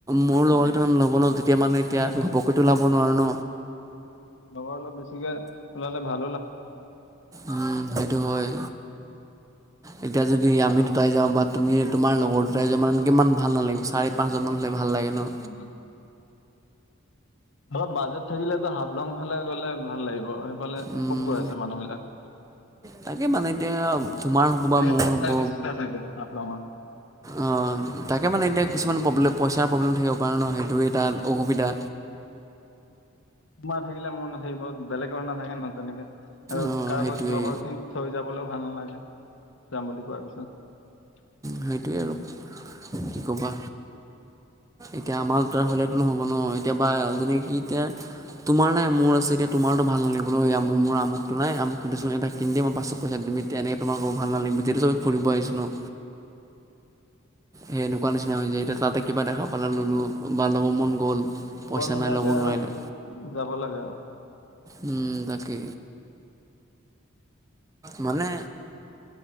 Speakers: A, on the right; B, on the left.
A: মোৰ
B: উম
A: লগৰ কেইটা মানে
B: অলপ
A: ল'ব ন
B: বেছি
A: তেতিয়া
B: হলে
A: মানে
B: ভালো
A: এতিয়া
B: লাগে
A: ঘপকৈতো ল'ব নোৱাৰো ন।
B: লগৰ অলপ বেছিকে ওলালে ভাল।
A: উম সেইটো হয়। এতিয়া যদি আমি দুটাই যাওঁ বা তুমি তোমাৰ লগৰ দুটাই যা মানে কিমান ভাল নালাগিব। চাৰি পাঁচজনমান হ'লে ভাল লাগে ন।
B: অ' অলপ বাজেট থাকিলেতো হাফলং ফালে গলে ভাল লাগিব সেইফালে
A: উম,
B: খুব গৈ আছে মানুহবলাকে।
A: তাকে মানে এতিয়া তোমাৰ হ'ব বা
B: ৰিল
A: মোৰ
B: চিল
A: হ'ব।
B: চাই বেছি চাই চাগে হাফলঙত
A: অ তাকে মানে এতিয়া কিছুমান প্ৰব্লেম পইচাৰ প্ৰব্লেম থাকিব পাৰে ন সেইটো এটা অসুবিধা,
B: তোমাৰ থাকিলে মোৰ নাথাকিব বেলেগৰ নাথাকে, নহয় তেনেকে। আৰু
A: অ'
B: কাৰোবাক
A: সেইটোৱেই
B: লগৰ খিনিক থৈ যাবলৈ ভাল নালাগে যাম বুলি কোৱাৰ পিছত।
A: সেইটোৱেই আৰু কি ক'বা। এতিয়া আমাৰ তাৰ হলেতো নহ'ব ন এতিয়া বা যনে কি এতিয়া। তোমাৰ নাই মোৰ আছে এতিয়া তোমাৰো ভাল লাগিবল মোৰ আমোক তো নাই আমক দেচোন এটা কিন দেচোন মই পাছত পইচা দিম। তেনেকে তোমাকব ভালাগিব যিহেতু ফুৰিব আহিছো ন। সেই এনেকুৱা নিচিনা হৈ যায় এতিয়া তাতে কিবা দেখা পালাই ল'লো বা ল'ব মন গ'ল,
B: চবৰ
A: পইচা
B: মিলাকে
A: নাই ল'ব
B: আৰু
A: নোৱাৰিলে
B: যাব লাগে আৰু
A: উম তাকে মানে?